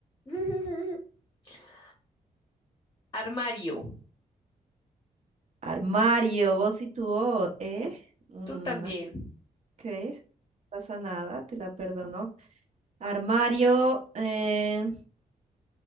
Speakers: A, on the left; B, on the right.
A: <laughs> Armario.
B: Armario, vos y tu O, ¿eh?
A: Mm,
B: Mm,
A: Tú también.
B: ok, no pasa nada, te la perdono. Armario, eh,